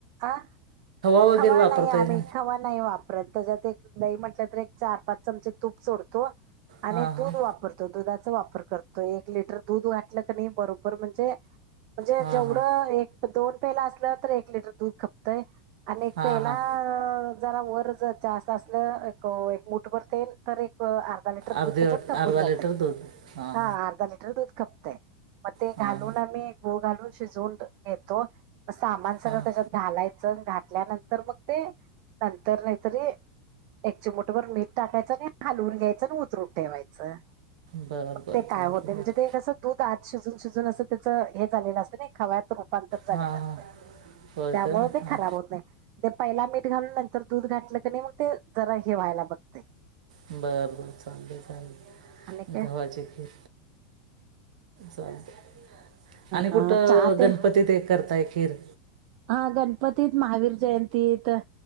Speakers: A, on the right; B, on the right.
A: अ
B: वगैरे
A: खवा
B: वापरताय
A: नाही आम्ही
B: की
A: खवा नाही वापरत. परत त्याच्यात एक लई म्हटल्या तर एक, चार, पाच चमचे तूप सोडतो. आणि
B: हां हां
A: दूध वापरतो दुधात- वापर करतो एक लिटर दूध घातल कने नाही बरोबर म्हणजे म्हणजे
B: हां
A: जेवढं
B: हां
A: एक, दोन पेला असलं तर एक लिटर दूध खपतंय. आणि एक
B: हां
A: पेला
B: हां
A: जरा वर जरा जास्त असलं एक मुठभर तेन तर एक अर्धा लिटर
B: अर्धी
A: दूध त्याच्यात
B: वाट-
A: खपून
B: अर्धा
A: जातय,
B: लिटर दूध हां
A: हा अर्धा लिटर दूध खपतय. मग ते
B: हां
A: घालून
B: हां
A: आम्ही गूळ घालून शिजवून घेतो म सामान सगळं
B: हां
A: त्याच्यात घालायचं घातल्यानंतर मग ते नंतर नाही तरी एक चिमूटभर मीठ टाकायच. लगेच हलवून घ्यायचं आणि उतरून ठेवायचं.
B: बरं
A: मग
B: बरं
A: ते काय
B: चालतं
A: होत
B: बरं
A: म्हणजे ते असं दूध आत शिजून-शिजून असं त्याच हे झालेलं असतं ना खव्यात रूपांतर रुपांतर
B: हां
A: झालेलं असतय
B: हां होय
A: त्यामुळे
B: काय
A: ते
B: हां
A: खराब होत नाही. ते पहिला मीठ घालून नंतर दूध घातलं क नाही मग ते जरा हे व्हायला बघतय.
B: बर बर चालय झाली
A: आणि काय
B: गव्हाची खीर. चालताय आणि कुठं
A: अ चहा तेन
B: गणपती ते करताय खीर
A: हा गणपतीत, महावीर जयंतीत